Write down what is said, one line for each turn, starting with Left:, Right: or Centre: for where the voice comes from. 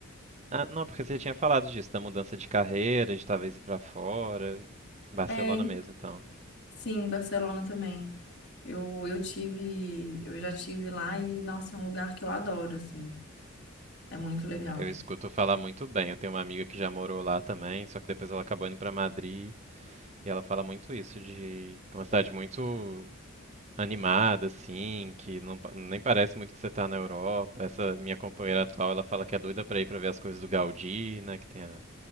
Right: Ah, não, porque você tinha falado disso, da mudança de carreira, de talvez ir pra fora. Barcelona
Left: É,
Right: mesmo, então.
Left: sim, Barcelona também. Eu, eu tive, eu já tive lá e, nossa, é um lugar que eu adoro, assim. É muito legal.
Right: Eu escuto falar muito bem. Eu tenho uma amiga que já morou lá também, só que depois ela acabou indo pra Madrid. E ela fala muito isso de que é uma cidade muito animada, assim, que não pa- nem parece muito que você tá na Europa. Essa minha companheira atual, ela fala que é doida pra ir pra ver as coisas do Gaudí, né, que tem a-